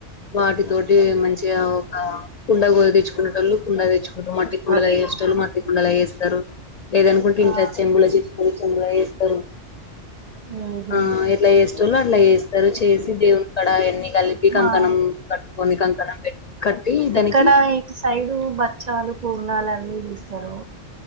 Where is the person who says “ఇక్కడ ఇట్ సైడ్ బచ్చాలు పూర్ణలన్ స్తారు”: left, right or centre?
Right